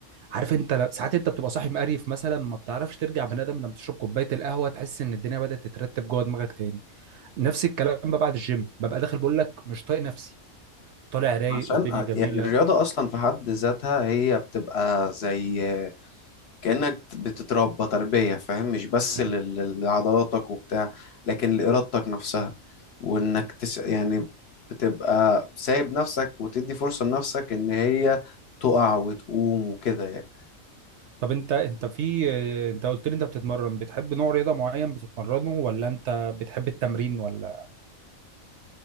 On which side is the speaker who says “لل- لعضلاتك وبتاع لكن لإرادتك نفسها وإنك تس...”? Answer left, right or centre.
Left